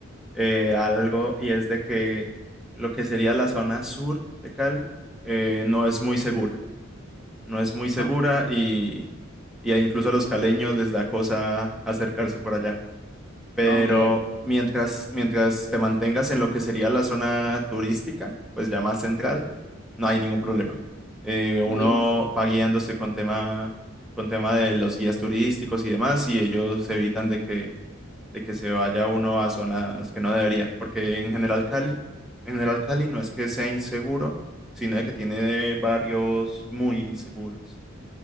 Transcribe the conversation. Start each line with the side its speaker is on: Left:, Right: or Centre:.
Centre: eh, algo y es de que lo que sería la zona sur de Cali eh, no es muy segura. No es muy segura
Left: Oh,
Centre: y, y incluso a los caleños les da cosa acercarse por allá. Pero
Left: ok,
Centre: mientras, mientras te mantengas en lo que sería la zona turística, pues ya más central, no hay ningún problema. Eh, uno
Left: bien,
Centre: va guiándose con tema, con tema de los guías turísticos y demás, y ellos evitan de que, de que se vaya uno a zonas que no debería, porque en general Cali, en general Cali no es que sea inseguro, sino de que tiene barrios muy inseguros.